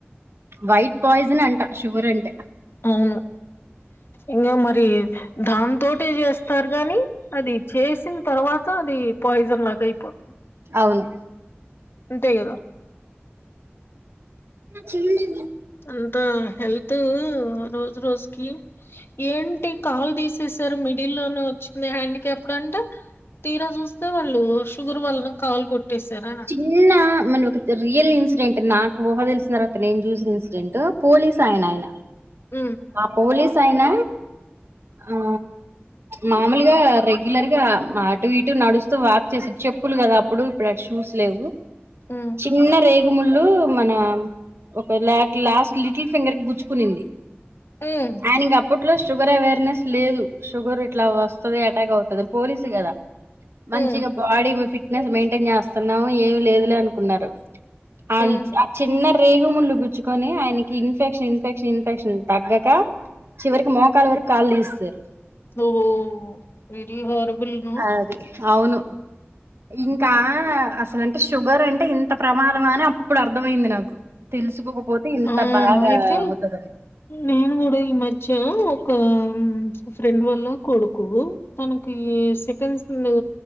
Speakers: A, on the right; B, on the left.
A: వైట్ పాయిజన్ అంటా షుగర్ అంటే
B: అవును ఇంకా మరి దాని తోటే చేస్తారు గాని అది చేసిన తర్వాత అది పాయిజన్ లాగా అయిపోతు
A: అవును
B: అంటేగద
A: చిన్న
B: అంత హెల్త్ రోజు రోజుకి ఏంటి కాలు తీససారు మిడిల్ లోనే వచ్చింది హ్యాండిక్యాప్డ్ అంట తీరా చూస్తే వాళ్ళు షుగర్ వాళ్ళను కావలు కొట్టేసారు అని అన్
A: నిన్న మన ఒక రియల్ ఇన్సిడెంట్ నాకు ఊహ తెలిసిన తర్వాత నేను చూసిన ఇన్సిడెంట్ పోలీస్ తాయన ఆయన
B: ఉమ్
A: ఆ పోలీస్ అయిన ఆ మామూలుగా రెగ్యులర్ గా మా అటు ఇటు నడుస్తూ వాక్ చేసారు. చెప్పులు కదా అప్పుడు, ఇప్పుడ షూస్ లేవు
B: ఉమ్
A: చిన్న రే గుముళ్ళు మన ఒక లాట్ లాస్ట్ లిటిల్ ఫింగర్ కి గుచ్చుకునింది.
B: మ్
A: ఆయనకి అప్పట్లో షుగర్ అవేర్నెస్ లేదు షుగర్ ఇట్లా వస్తది అటాక్ అవుతది, పోలీసు కదా మంచిగా
B: ఉమ్
A: బాడీ ఇంగ ఫిట్నెస్ మెయింటైన్ చేస్తున్నవు ఏమి లేదులే అనుకున్నారు అయి
B: ఉమ్
A: జా చిన్న రేగుముళ్ళు గుచ్చుకొని ఆయనకి ఇన్ఫెక్షన్ ఇన్ఫెక్షన్ ఇన్ఫెక్షన్ తగ్గక చివరికి మోకాలు వరకు కాలు తీసేశారు
B: ఓ వెరీ హారిబుల్ నొ
A: అది అవును ఇంకా అసలు అంటే షుగర్ అంటే ఇంత ప్రమాదమా అని అప్పుడు అర్థమయింది నాకు. తెలుసుకోకపోతే ఇంత
B: ఆ
A: బాగా
B: అయితే
A: అవుతదని
B: నేను కూడా ఈ మధ్య ఒక ఫ్రెండ్ వాల్ల కొడుకు తనకి సెకండ్స్ లో